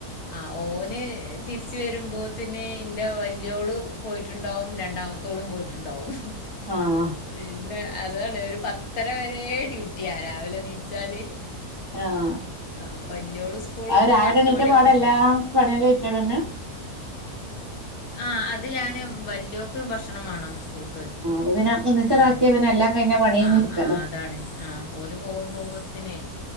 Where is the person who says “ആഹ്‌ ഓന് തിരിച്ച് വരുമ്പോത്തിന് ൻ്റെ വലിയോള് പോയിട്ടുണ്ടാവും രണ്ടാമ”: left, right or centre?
Left